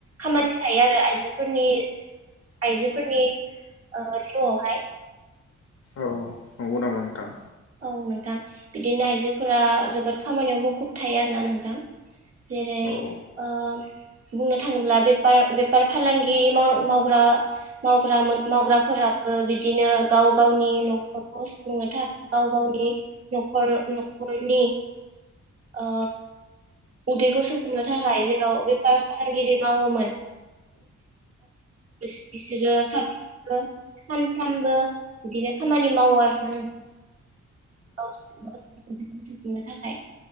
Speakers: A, on the right (about 55°); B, on the left (about 55°).
A: खामानि थायो आरो आइजोफोरनि आइजोफोरनि ओ जिउआवहाय
B: औ नंगौ नामा नोंथां?
A: औ नोंथां बिदिनो आइजोफोरा जोबोद खामानियाव मुखुब थायो आरोना नोंथां। जेरै
B: औ
A: ओ बुंनो थाङोब्ला बेफार बेफार फालांगि मावग्रा मावग्रा मावग्राफोराबो बिदिनो गाव गावनि नखरखौ सुफुंनो थाखाय गाव गावनि नखर नखरनि ओ उदैखौ सुफुंनो थाखाय जेराव बेफार फालांगिरि मावोमोन बिसोरो साफ्रोमबो सानफ्रामबो बिदिनो खामानि मावो आरोना नोंथां। औ <unintelligible> <unintelligible> थाखाय